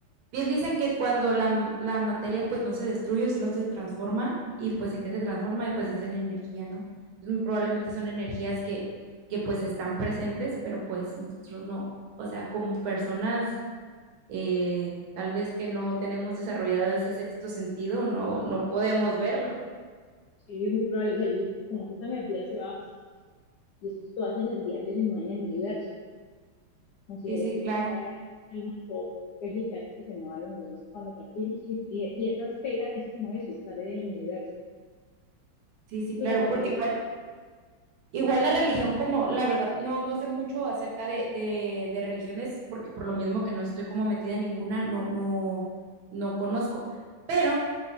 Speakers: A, on the right (about 75°); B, on the left (about 80°).
A: Bien dicen que cuando la, la materia pues no se destruye, solo se transforma y pues en qué se transforma, pues es en energía, ¿no? Entonces, probablemente son energías que, que pues están presentes, pero pues nosotros no, o sea, como personas eh, tal vez que no tenemos desarrollado ese sexto sentido, no, no podemos verlo.
B: sí, es muy probable, o sea, yo siento como que esta energía se va, y esto es toda esa energía que se mueve en el universo, considero
A: Sí, sí,
B: así
A: claro.
B: que trae almas o es lo que hace que se mueva el universo cuando partimos, y, y, y esa esfera es como eso, estar en el universo.
A: Sí, sí, claro,
B: Es una teoría,
A: porque
B: yo
A: igual
B: tengo
A: Igual
B: Bien,
A: la religión, como la verdad, no, no sé mucho acerca de, de, de religiones, porque por lo mismo que no estoy como metida en ninguna, no, no, no conozco. Pero,